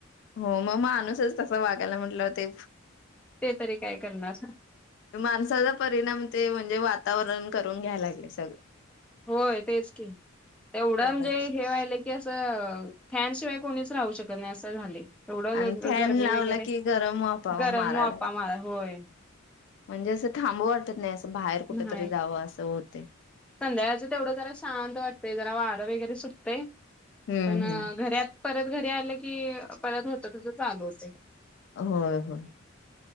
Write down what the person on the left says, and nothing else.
हो मग माणूसच तसा वागायला म्हटलं होते
माणसाचा परिणाम ते म्हणजे वा वातावरण करून घ्यायला लागले सगळ
होय.
आणि फॅन
लावला
की गरम वाफा
मारायला
लागले.
म्हणजे असं थांबं वाटत नाही बाहेर कुठेतरी
जावं असं होत ते
हम्म
हम्म.
होय होय